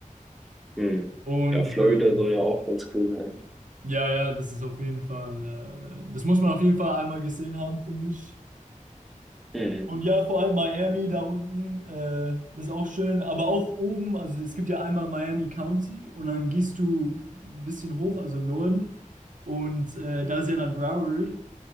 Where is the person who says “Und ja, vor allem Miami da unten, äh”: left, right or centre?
Right